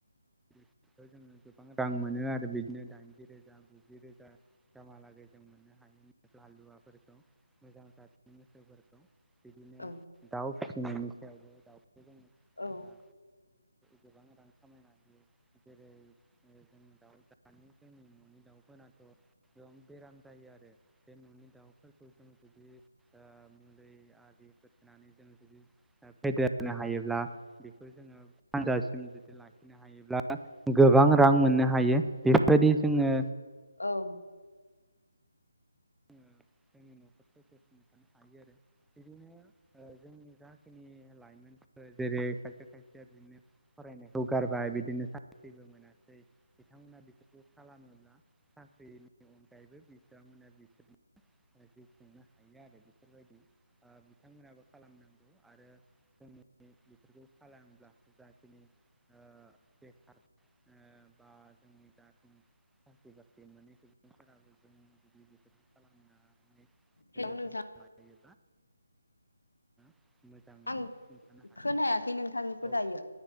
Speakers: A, in the centre; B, on the left (about 80°).
A: बेखौ जोङो गोबां रां मोनो आरो बिदिनो दाइनजि रोजा गुजि रोजा गामहालागै जों मोननो हायो हालुवाफोरखौ मोजां जादनि मोसौफोरखौ बिदिनो
B: औ
A: दाउ फिसिनायनि सायावबो दाउखौ जोङो फिसियोब्ला
B: औ
A: गोबां रां खामायना होयो जेरै जोंनि दाउ दानि जोंनि न'नि दाउफोराथ' एसिबां बेराम जायो आरो बे न'नि दाउफोरखौ जों जुदि ओ मुलि आलि होथ'नानै जों फेदेरनो हायोब्ला बेखौ जोङो फानजासिम जुदि लाखिनो हायोब्ला गोबां रां मोननो हायो बेफोरबायदि जोङो
B: औ
A: <inaudible> जोंनि न'खरखौ सुंथाना थानो हायो आरो बिदिनो ओ दा जोंनि जाखिनि लाइमोन जेरै खायसे खायसेया बिदिनो फरायनायखौ गारबाय बिदिनो साख्रिबो मोना बिथांमोना बेफोरखौ खालामोब्ला साख्रिनि अनगायैबो बिथांमोना <unintelligible> जिउ खुंनो हायो आरो बेफोरबायदि बिथांमोनाबो खालामनांगौ आरो जोंनि बेफोरखौ खालामाब्ला जाखिनि ओ बेखार ओ बा जोंनि दानि टपिक बेनोमोन आरो नोंथां दनानै साबो जों जुदि बेफोर खालामनानै
B: हेलौ नोंथां
A: जों लायो <unintelligible> मोजाङैनो
B: आं
A: सुंथानो हायो
B: खोनायाखै
A: आरो
B: नोंथांनिखौ
A: औ
B: दायो